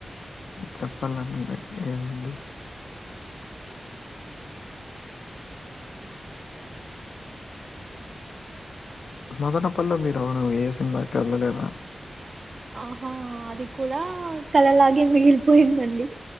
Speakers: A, on the left; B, on the right.
A: చెప్పాలనండి ఏముంది మొదట పల్ల మీరు ఏసన్ దాక వెళ్ళలేదా
B: ఆహా అది కూడా కలలాగే మిగిలిపోయిందండి